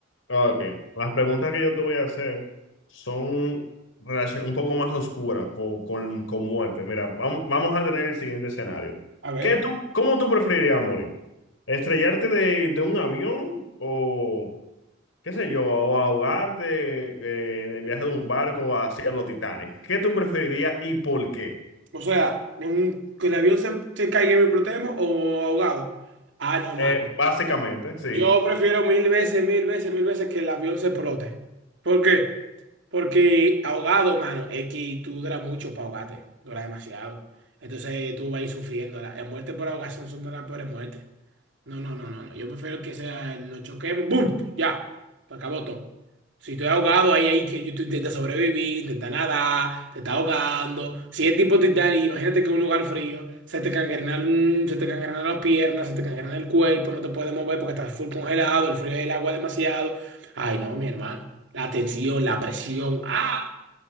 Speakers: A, on the left (about 80°); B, on the right (about 65°).
A: Ok, las preguntas que yo te voy a hacer son relacion- un poco más oscuras con, con, con muerte. Mira, vam- vamos a tener el siguiente escenario.
B: A ver,
A: ¿Qué tú, cómo tú preferirías morir? ¿Estrellarte de, de un avión o, qué sé yo, o ahogarte eh, en viaje de un barco hacia los Titanes? ¿Qué tú preferirías y por qué?
B: o sea, un- que el avión se, se caiga y me explotemos o ahogado. Ah, no, man.
A: Eh, básicamente, sí.
B: Yo prefiero mil veces, mil veces, mil veces que el avión se explote. ¿Por qué? Porque ahogado, mano, es que tú duras mucho para ahogarte, dura demasiado. Entonces tú vas a ir sufriendo. La, la muerte por ahogación son de las peores muertes. No, no, no, no, no. Yo prefiero que sea, el nos choquemos, ¡boom! Ya, se acabó todo. Si estoy ahogado, ahí, ahí que yo- tú intentas sobrevivir, intentas nadar, te está ahogando. Si es tipo Titanic, imagínate que en un lugar frío se te cangrenan, se te cangrenan las piernas, se te cangrena el cuerpo, no te puedes mover porque estás full congelado, el frío del agua es demasiado. Ay, no, mi hermano. La tensión, la presión. ¡Ah!